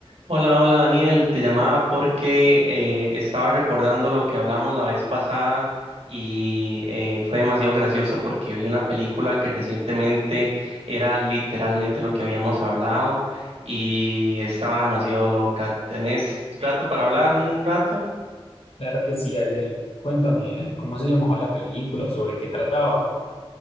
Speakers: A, on the right; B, on the left.
A: Hola, hola Daniel, te llamaba porque eh, estaba recordando lo que hablamos la vez pasada y eh, fue demasiado gracioso porque vi una película que recientemente era literalmente lo que habíamos hablado y estaba demasiado loca. ¿Tenés rato para hablar? ¿Un rato?
B: Claro que sí, Ariel. Cuéntame, ¿cómo se llamaba la película? o ¿Sobre qué trataba?